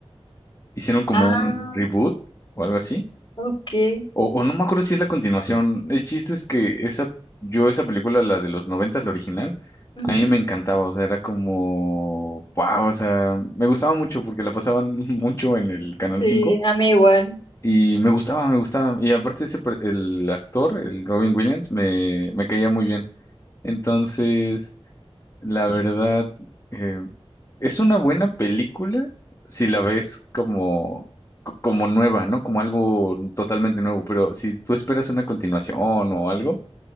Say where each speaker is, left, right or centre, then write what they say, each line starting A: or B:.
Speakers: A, on the left (about 30°); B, on the left (about 50°).
A: hicieron como
B: Ah,
A: un reboot o algo así.
B: Ok.
A: O, o no me acuerdo si es la continuación. El chiste es que esa, yo esa película, la de los noventas, la original,
B: Ujú.
A: a mí me encantaba. O sea, era como, wow, o sea, me gustaba mucho porque la pasaban <laughs> mucho en el Canal
B: Sí,
A: 5
B: a mí igual.
A: y me gustaba, me gustaba. Y aparte ese, per- el actor, el Robin Williams, me, me caía muy bien. Entonces, la verdad, eh, es una buena película si la ves como, co- como nueva, ¿no? Como algo totalmente nuevo, pero si tú esperas una continuación o algo,